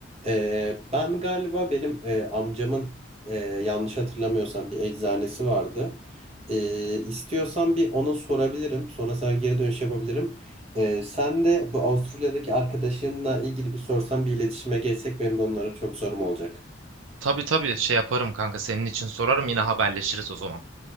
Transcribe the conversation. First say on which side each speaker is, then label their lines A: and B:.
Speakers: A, on the right (about 30°); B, on the right (about 90°).
A: Ee, ben galiba benim e, amcamın e, yanlış hatırlamıyorsam bir eczanesi vardı. Ee, istiyorsan bir ona sorabilirim. Sonra sana geri dönüş yapabilirim. Ee, sen de bu Avustralya'daki arkadaşınla ilgili bir sorsan bir iletişime geçsek benim de onlara çok sorum olacak.
B: Tabii tabii şey yaparım kanka senin için sorarım yine haberleşiriz o zaman.